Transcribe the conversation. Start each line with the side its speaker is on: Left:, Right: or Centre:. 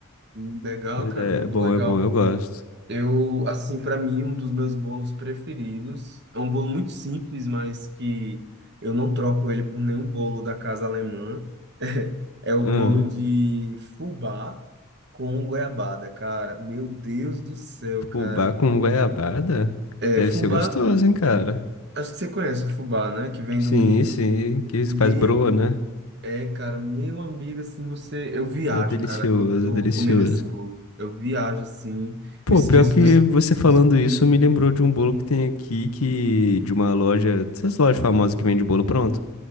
Right: Hum, Legal,
Left: Mas
Right: cara,
Left: é,
Right: muito
Left: é bom,
Right: legal.
Left: é bom, eu gosto.
Right: Eu, assim, para mim, um dos meus bolos preferidos é um bolo muito simples, mas que eu não troco ele por nenhum bolo da casa alemã. <laughs> É, o
Left: Ah,
Right: bolo Ah. de fubá com goiabada, cara. Meu Deus do céu, cara.
Left: fubá com goiabada?
Right: É,
Left: Deve
Right: fubá,
Left: ser gostoso, hein, cara?
Right: acho que você conhece o fubá, né? Que vem
Left: Sim,
Right: do milho.
Left: sim, que isso
Right: Meu,
Left: faz broa, né?
Right: é, cara, meu amigo, assim, você. Eu viajo,
Left: É delicioso,
Right: cara, quando eu tô
Left: é delicioso.
Right: comendo esse bolo. Eu viajo, assim,
Left: Pô,
Right: eu esqueço
Left: pior que
Right: dos.
Left: você falando
Right: dos-
Left: isso me lembrou de um bolo que tem aqui, que de uma loja, dessas lojas famosas que vende bolo pronto.